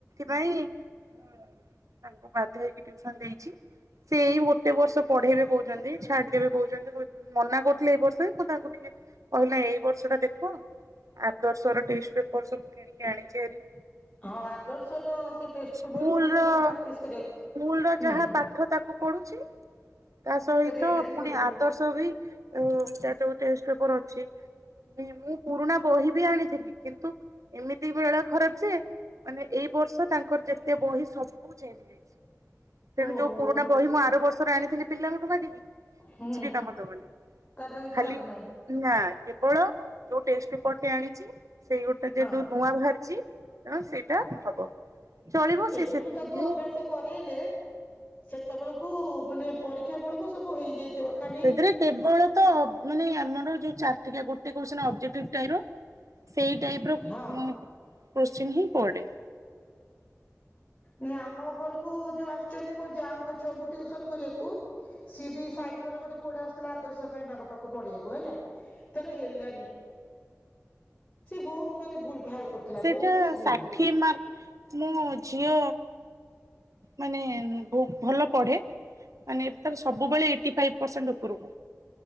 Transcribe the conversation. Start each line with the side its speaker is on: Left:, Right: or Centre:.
Right: ପାଇଁ ମୁଁ ତାଙ୍କୁ ବାଧ୍ୟ ହେଇକି ଟିଉସନ୍ ଦେଇଛି। ସେ ଏଇ ଗୋଟେ ବର୍ଷ ପଢେଇବେ କହୁଚନ୍ତି ଛାଡିଦେବେ କହୁଚନ୍ତି କ ମନା କରୁଥିଲେ ଏଇ ବର୍ଷ ମୁଁ ତାଙ୍କୁ ଟିକେ କହିଲେ ଏଇ ବର୍ଷ ଟା ଦେଖ। ଆଦର୍ଶ ର ଟିଷ୍ଟ ପେପର ସବୁ କିଣିକି ଆଣିଚି ଆରି।
Left: ହଁ ଆଦର୍ଶ ର ସେ ଟେଷ୍ଟ
Right: ସ୍କୁଲ
Left: ପେପ୍ରର ଗୁରା ତାକୁ
Right: ର
Left: ସବୁ ପ୍ରାକ୍ଟିସ୍ କରିବାକୁୁ
Right: ସ୍କୁଲ ର
Left: ହୁଁ।
Right: ଯାହା ପାଠ ତାକୁ ପଢୁଛି ତା ସହିତ
Left: ଏଇଟା ବି
Right: ପୁଣି
Left: ପଡିବ
Right: ଆଦର୍ଶ ସବି ଉଁ ତାର ଯୋଉ ଟେଷ୍ଟ ପେପର ଅଛି। ମୁଁ ପୁରୁଣା ବହି ବି ଆଣିଥିଲି କିନ୍ତୁ। ଏମିତି ବେଳା ଖରାପ ଯେ ମାନେ ଏଇ ବର୍ଷ ତାଙ୍କର ଯେତେ ବହି ସବୁ ଚେଞ୍ଜ ହେଇଯା ତେଣୁ
Left: ଓହୋ
Right: ଯୋଉ ପୁରୁଣା ବହି ମୁଁ ଆର ବର୍ଷରେ ଆଣିଥିଲି ପିଲାଙ୍କଠୁ ମାଗିକି। କିଛି
Left: ହୁଁ।
Right: ବି କାମ ଖାଲି
Left: ତାର ଆଉ କିଛି ଲାଭ ନାହିଁ
Right: ନା କେବଳ ଯଉ ଟେଷ୍ଟ ପେପରଟି ଆଣିଚି। ସେଇ ଗୋଟେ ଯେହେତୁ
Left: ହଁ
Right: ନୂଆ ବାହାରିଛି ତେଣୁ ସେଇଟା ହବ। ଚଳିବ
Left: ଏବେଠୁ
Right: ସେ ସେଥିରେ
Left: ତାଙ୍କୁ ଅଭ୍ୟାସ କରେଇଲେ ସେତେବେଳକୁ ମାନେ ପରୀକ୍ଷା ବେଳକୁ ସବୁ ହେଇଯାଇଥିବ ଖାଲି
Right: ସେଥିରେ କେବଳ ତ ମାନେ ଆମର ଯୋଉ ଚାରିଟିକିଆ ଗୋଟେ କୋଶ୍ଚିନି ଅବଜେଟିକ୍ ଟାଇପ୍ ର ସେଇ ଟାଇପ୍ ର କୋଶ୍ଚିନ୍
Left: ହଁ
Right: ହିଁ ପଡେ।
Left: ନାଇଁ ଆମ ଘରକୁ ଯୋଉ ଆସୁଛନ୍ତି ମୋ ଯାଙ୍କ ଛୁଆଙ୍କୁ ଟ୍ଯୂଉସନ୍ କରିବାକୁ ସିଏ ବି ସାଇଡ ଘର ଗୋଟେ ପୁଅ ଟା ଆସୁଥିଲା ଆଦର୍ଶ ପାଇଁ ତାଙ୍କ ପାଖକୁ ପଢିଆକୁ ହେଲା। ତାର ହେଲାନି ସେ ବହୁତ୍ ମାନେ ଭୁଲ ଭାଲ କରିଥିଲା
Right: ସେଇଟା
Left: ବହୁତ ଭୁଲ
Right: ଷାଠିଏ
Left: ଭାଲ
Right: ମାର୍କ ମୋ ଝିଅ ମାନେ ବହୁତ୍ ଭଲ ପଢେ ମାନେ ତାର ସବୁବେଳେ ଏଇଟିଫାଇପି ପ୍ରସେଣ୍ଟ ଉପରୁକୁ